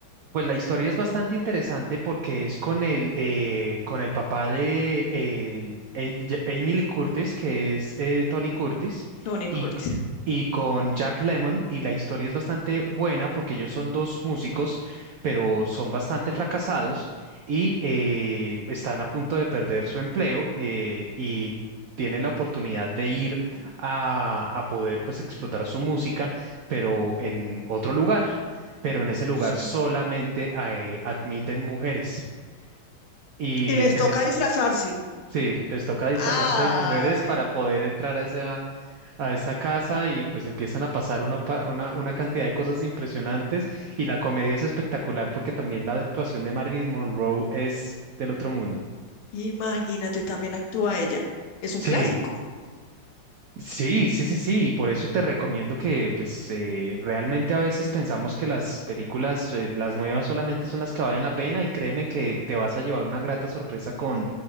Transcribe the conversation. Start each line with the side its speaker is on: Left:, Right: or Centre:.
Right: Pues la historia es bastante interesante porque es con el, eh, con el papá de eh, Am- Ja- Jamie Lee Curtis, que es eh, Tony Curtis,
Left: Tony
Right: y,
Left: Curtis.
Right: c- y con Jack Lemmon. Y la historia es bastante buena porque ellos son dos músicos, pero son bastante fracasados
Left: Oh,
Right: y eh, están a punto de perder su empleo eh, y tienen la oportunidad de ir
Left: oh,
Right: a, a poder pues explotar su música, pero en otro lugar pero en ese lugar
Left: Sí.
Right: solamente eh, admiten mujeres. Y
Left: Y
Right: lo
Left: les
Right: interés,
Left: toca disfrazarse.
Right: sí, les toca disfrazarse
Left: Ay,
Right: de mujeres para poder entrar a esa, a esa casa y pues empiezan a pasar una, pa- una, una cantidad de cosas impresionantes y la comedia es espectacular porque también la actuación de Marilyn Monroe es del otro mundo.
Left: imagínate, también actúa ella. Es un
Right: Sí,
Left: clásico.
Right: Sí, sí, sí, sí, y por eso te recomiendo que, pues, eh, realmente a veces pensamos que las películas, eh, las nuevas solamente son las que valen la pena y créeme que te vas a llevar una grata sorpresa con,